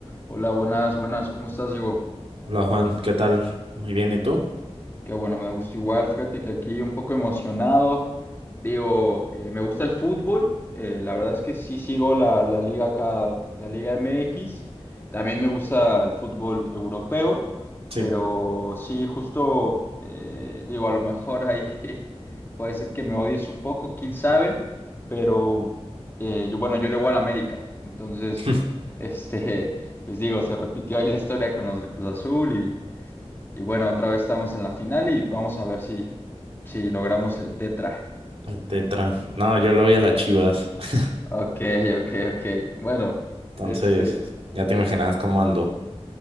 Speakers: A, on the left; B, on the right.
A: Hola, buenas, buenas, ¿cómo estás, Diego?
B: Hola Juan, ¿qué tal? Muy bien, ¿y tú?
A: Qué bueno, me gusta igual, fíjate que aquí un poco emocionado, digo, eh, me gusta el fútbol, eh, la verdad es que sí sigo la, la liga acá, la Liga MX, también me gusta el fútbol europeo,
B: Sí,
A: pero sí, justo, eh, digo, a lo mejor ahí <laughs> puede ser que me odies un poco, quién sabe, pero eh, yo, bueno, yo le voy al América, entonces,
B: <laughs>
A: <laughs> este... Pues digo, se repitió ahí la historia con los del Cruz Azul y Y bueno, otra vez estamos en la final y vamos a ver si, si logramos el tetra.
B: el Tetra. No, yo le voy a las Chivas. <laughs>
A: Ok, <laughs> ok, ok. Bueno,
B: Entonces,
A: este,
B: ya te imaginas cómo ando.